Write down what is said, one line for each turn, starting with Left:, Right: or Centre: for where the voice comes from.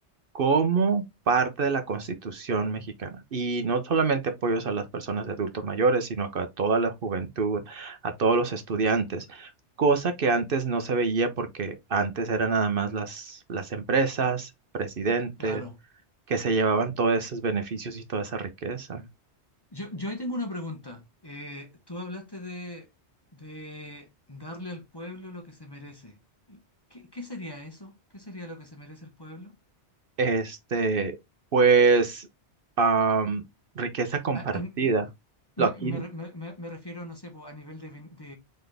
Right: como parte de la Constitución mexicana. Y no solamente apoyos a las personas de adultos mayores, sino que a toda la juventud, a todos los estudiantes, cosa que antes no se veía porque antes eran nada más las, las empresas, presidentes,
Left: claro.
Right: que se llevaban todos esos beneficios y toda esa riqueza.
Left: Yo, yo ahí tengo una pregunta. Eh, tú hablaste de, de darle al pueblo lo que se merece. ¿Qué, qué sería eso? ¿Qué sería lo que se merece el pueblo?
Right: Este, pues, am, riqueza compartida.
Left: A- a-
Right: Lo
Left: me,
Right: aquí,
Left: me- me- me- me refiero, no sé, po, a nivel de, ben- de,